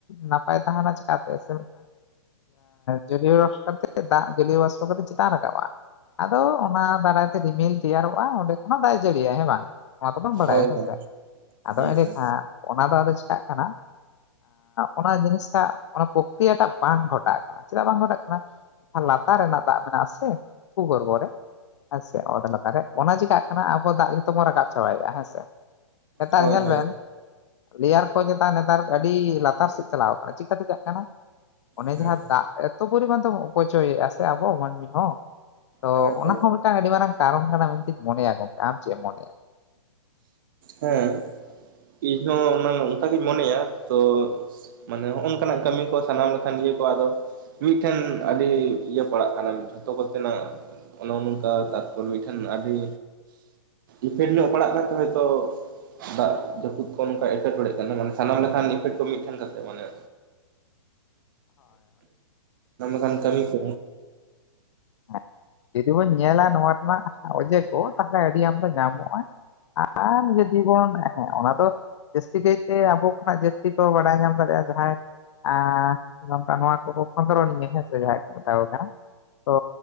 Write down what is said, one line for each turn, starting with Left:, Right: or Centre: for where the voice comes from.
Left: ᱱᱟᱯᱟᱭ ᱛᱟᱦᱮᱱᱟ ᱪᱤᱠᱟᱛᱮ ᱥᱮ ᱡᱚᱞᱤᱭ ᱵᱟᱥᱯᱳ ᱠᱟᱛᱮ ᱫᱟᱜ ᱡᱚᱞᱤᱭᱩ ᱵᱟᱥᱯᱚ ᱠᱟᱛᱮ ᱪᱮᱛᱟᱱ ᱨᱟᱠᱟᱵᱟᱼᱟ ᱟᱫᱚ ᱚᱱᱟ ᱫᱟᱨᱟᱭ ᱛᱮ ᱨᱤᱢᱮᱞ ᱛᱮᱭᱟᱨᱚᱜᱼᱟ ᱚᱸᱰᱮ ᱠᱷᱱᱟᱜ ᱫᱟᱜ ᱮ ᱡᱟᱹᱲᱤᱭᱟᱭ ᱦᱮᱸ ᱵᱟᱝ ᱱᱚᱣᱟ ᱫᱚᱵᱚᱱ ᱵᱟᱲᱟᱭᱟ
Right: ᱦᱳᱭ
Left: ᱦᱮᱸᱥᱮ
Right: ᱦᱳᱭ
Left: ᱟᱫᱚ
Right: ᱦᱩᱸ
Left: ᱮᱸᱰᱮ
Right: ᱦᱩᱸ ᱦᱩᱸ
Left: ᱠᱷᱟᱱ ᱚᱱᱟ ᱫᱚ ᱟᱫᱚ ᱪᱤᱠᱟᱜ ᱠᱟᱱᱟ ᱚᱱᱟ ᱡᱤᱱᱤᱥᱴᱟᱜ ᱚᱱᱟ ᱨᱤᱭᱟᱴᱟᱜ ᱵᱟᱝ ᱜᱷᱚᱴᱟᱜ ᱠᱟᱱᱟ ᱪᱮᱫᱟᱜ ᱵᱟᱝ ᱜᱷᱚᱴᱟᱜ ᱠᱟᱱᱟ ᱡᱟᱦᱟᱸ ᱞᱟᱛᱟᱨ ᱨᱮᱱᱟᱜ ᱫᱟᱜ ᱢᱮᱱᱟᱜᱥᱮ ᱩ ᱜᱚᱨᱵᱚ ᱨᱮ ᱦᱮᱸ ᱥᱮ ᱫᱚᱛᱟ ᱨᱮ ᱚᱱᱟ ᱪᱮᱤᱠᱟᱜ ᱠᱟᱱᱟ ᱟᱵᱚ ᱫᱟᱜ ᱡᱚᱛᱚ ᱵᱚᱱ ᱨᱟᱠᱟᱵ ᱪᱟᱵᱟᱭᱮᱫᱼᱟ ᱦᱮᱸ ᱥᱮ ᱱᱮᱛᱟᱨ
Right: ᱦᱳᱭ
Left: ᱨᱮ ᱧᱮᱞ
Right: ᱦᱳᱭ
Left: ᱵᱮᱱ ᱞᱮᱭᱟᱨ ᱠᱚ ᱪᱮᱛᱟᱱ ᱱᱮᱛᱟᱨ ᱟᱹᱰᱤ ᱞᱟᱛᱟᱨ ᱥᱮᱫ ᱪᱟᱞᱟᱣ ᱟᱠᱟᱱᱟ ᱪᱤᱠᱟᱹᱠᱟᱛᱮ ᱪᱟᱜ ᱠᱟᱱᱟ ᱚᱱᱮ
Right: ᱦᱮᱸ
Left: ᱡᱟᱦᱟᱸ ᱫᱟᱜ ᱮᱛᱚ ᱯᱚᱨᱤᱢᱟᱱ ᱛᱮ ᱚᱯᱚᱪᱚᱭᱮᱫᱼᱟ ᱥᱮ ᱟᱵᱚ ᱢᱟᱹᱱᱢᱤ ᱦᱚᱸ ᱛᱚ
Right: ᱦᱳᱭ
Left: ᱚᱱᱟ
Right: ᱦᱳᱭ
Left: ᱦᱚᱸ ᱟᱹᱰᱤ ᱢᱟᱨᱟᱝ ᱠᱟᱨᱚᱱ ᱠᱟᱱᱟ ᱢᱮᱱ ᱢᱮᱭᱟ ᱜᱚᱢᱠᱮᱢ ᱪᱮᱫ ᱮᱢ ᱢᱚᱱᱮᱭᱟ?
Right: ᱦᱮᱸ ᱤᱧ ᱦᱚ ᱚᱱᱟ ᱚᱱᱠᱟᱜᱤᱧ ᱢᱚᱱᱮᱭᱟ ᱛᱚ ᱢᱟᱱᱮ ᱱᱚᱜᱼ ᱱᱚᱝᱠᱟᱱᱟᱜ ᱠᱟᱹᱢᱤ ᱠᱚ ᱥᱟᱱᱟᱢ ᱞᱮᱠᱟᱱ ᱤᱭᱟᱹ ᱠᱚ ᱟᱫᱚ ᱢᱤᱫᱴᱷᱮᱱ ᱟᱹᱰᱤ ᱤᱭᱟᱹ ᱯᱟᱲᱟᱜ ᱠᱟᱱᱟ ᱡᱷᱚᱛᱚ ᱠᱚᱛᱮ ᱱᱟᱜ ᱚᱱᱮ ᱱᱚᱝᱠᱟ ᱛᱟᱨᱯᱚᱨ ᱢᱤᱫᱴᱮᱱ ᱟᱹᱰᱤ ᱤᱯᱷᱮᱠᱴ ᱧᱚᱜ ᱯᱟᱲᱟᱜ ᱠᱟᱱ ᱛᱟᱦᱮᱸ ᱛᱚ ᱫᱟᱜ ᱡᱟᱹᱯᱩᱫ ᱠᱚ ᱱᱚᱝᱠᱟ ᱮᱴᱠᱮᱴᱚᱲᱮᱜ ᱠᱟᱱᱟ ᱢᱟᱱᱮ ᱥᱟᱱᱟᱢ ᱞᱮᱠᱟᱱ ᱤᱯᱷᱮᱠᱴ ᱠᱚ ᱢᱤᱫᱴᱮᱱ ᱠᱟᱛᱮ ᱢᱟᱱᱮ᱾
Left: ᱪᱮᱫ ᱦᱚᱸ ᱵᱟᱝ ᱟᱸᱡᱚᱢᱚᱜ ᱠᱟᱱᱟ
Right: ᱠᱷᱟᱱ ᱠᱟᱹᱢᱤ ᱠᱚ
Left: ᱦᱮᱸᱻ ᱡᱩᱫᱤ ᱵᱚᱱ ᱧᱮᱞᱟ ᱱᱚᱣᱟ ᱨᱮᱱᱟᱜ ᱚᱡᱮ ᱠᱚ ᱛᱟᱦᱚᱞᱮ ᱟᱹᱰᱤ ᱟᱢ ᱫᱚ ᱧᱟᱢᱚᱜᱼᱟ ᱟᱨ ᱟᱨ ᱡᱚᱫᱤ ᱵᱚᱱ ᱦᱮᱸ ᱚᱱᱟ ᱫᱚ ᱡᱟᱹᱥᱛᱤ ᱠᱟᱭᱛᱮ ᱟᱵᱚ ᱠᱷᱚᱱᱟᱜ ᱡᱟᱹᱥᱛᱤ ᱠᱚ ᱵᱟᱲᱟᱭ ᱧᱟᱢ ᱫᱟᱲᱮᱭᱟᱜᱼᱟ ᱡᱟᱦᱟᱸᱭ ᱟᱨ ᱱᱚᱝᱠᱟ ᱱᱚᱣᱟ ᱠᱚᱵ ᱠᱷᱚᱸᱫᱽᱨᱚᱱ ᱜᱮᱭᱟ ᱦᱮᱸ ᱡᱟᱦᱟᱸ ᱠᱚ ᱢᱮᱛᱟᱣ ᱠᱟᱱᱟ ᱛᱚ